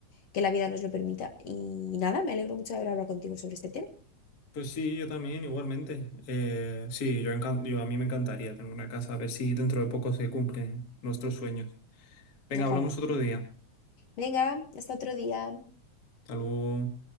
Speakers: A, on the left; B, on the left.
A: que la vida nos lo permita. Y nada, me alegro mucho de haber hablado contigo sobre este tema.
B: Pues sí, yo también, igualmente. Eh, sí, yo, encan- yo a mí me encantaría tener una casa, a ver si dentro de poco se cumplen nuestros sueños. Venga,
A: Ojalá.
B: hablamos otro día.
A: Venga, hasta otro día.
B: Hasta luego.